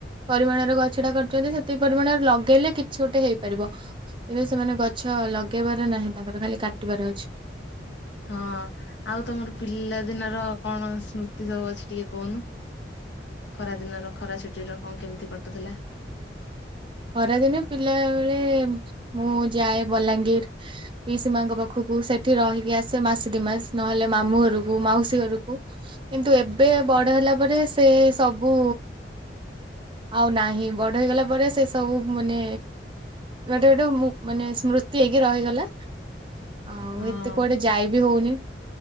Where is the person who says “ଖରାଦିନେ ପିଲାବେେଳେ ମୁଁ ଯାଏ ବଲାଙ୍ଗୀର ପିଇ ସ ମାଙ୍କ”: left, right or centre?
Right